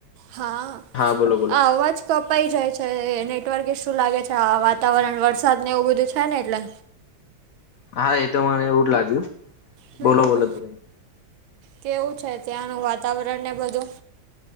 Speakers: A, on the right (about 80°); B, on the left (about 80°).
A: હા આ
B: હા બોલો બોલો
A: અવાજ કપાઈ જાય છે નેટવર્ક ઈશું લાગે છે આ વાતાવરણ વરસાદ ને એવું બધું છે ને એટલે
B: હા એ તો મને એવું જ લાગ્યું
A: હમ
B: બોલો બોલો તો ભાઈ
A: કેવું છે ત્યાંનું વાતાવરણને બધું